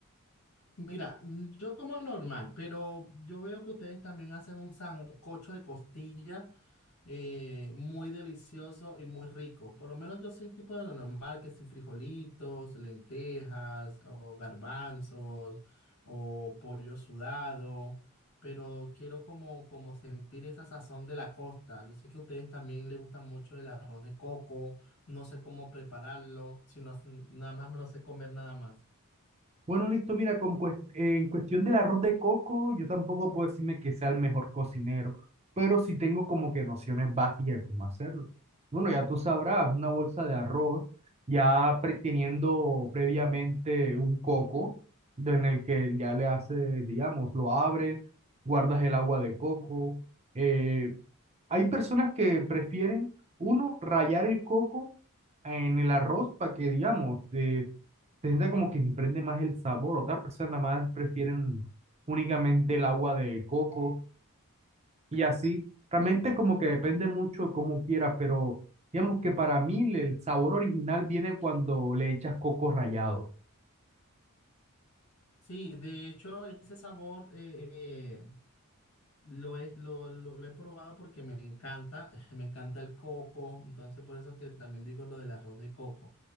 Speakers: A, on the left; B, on the right.
A: Mira, mm, yo como normal, pero yo veo que ustedes también hacen un sancocho de costilla eh, muy delicioso y muy rico. Por lo menos yo soy tipo de lo normal, que si frijolitos, lentejas o garbanzos o pollo sudado, pero quiero como, como sentir esa sazón de la costa. Yo sé que a ustedes también les gusta mucho el arroz de coco, no sé cómo prepararlo, sino nada más me lo sé comer nada más.
B: Bueno, listo, mira, con cues- eh, en cuestión del arroz de coco, yo tampoco puedo decirme que sea el mejor cocinero, pero sí tengo como que nociones básicas de cómo hacerlo. Bueno, ya tú sabrás, una bolsa de arroz, ya pre- teniendo previamente un coco, de- en el que ya le haces, digamos, lo abres, guardas el agua de coco, eh, hay personas que prefieren, uno, rayar el coco en el arroz para que, digamos, eh, se sienta como que se prende más el sabor. Otras personas más prefieren únicamente el agua de coco y así. Realmente como que depende mucho de cómo quieras, pero digamos que para mí le- el sabor original viene cuando le echas coco rallado.
A: Sí, de hecho, ese sabor eh, eh, lo, he, lo, lo- lo he probado porque me encanta, <laughs> me encanta el coco, entonces por eso es que también digo lo del arroz de coco.